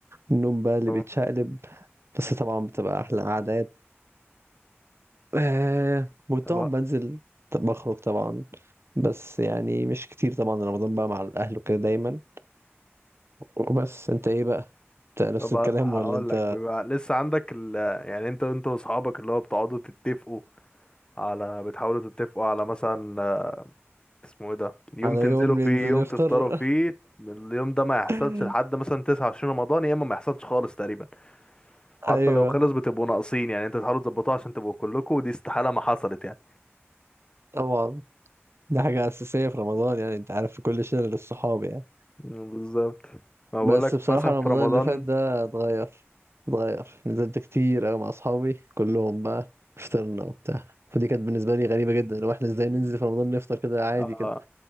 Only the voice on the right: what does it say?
النوم بقى اللي
بيتشقلب بس طبعا بتبقى أحلى قعدات آه وطبعا
بنزل بخرج طبعا بس يعني مش كتير طبعا رمضان بقى مع الأهل وكده دايما وبس أنت إيه بقى؟ أنت نفس
الكلام
ولا أنت
على
يوم
ننزل
نفطر؟
<laughs>
أيوه
طبعا دي حاجة أساسية في رمضان يعني أنت عارف في كل شلة للصحاب يعني
بس
بصراحة
رمضان
اللي فات ده اتغير اتغير نزلت كتير أوي مع أصحابي كلهم بقى فطرنا وبتاع فدي كانت بالنسبة لي غريبة جدا لو احنا ازاي ننزل في رمضان نفطر كده عادي
كده